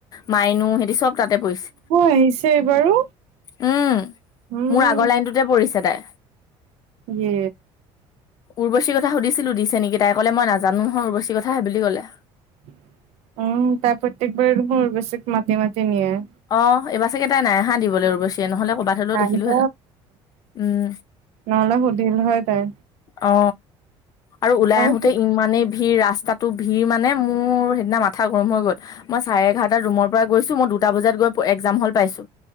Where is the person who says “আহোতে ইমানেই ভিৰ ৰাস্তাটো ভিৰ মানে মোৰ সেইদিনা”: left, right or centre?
Left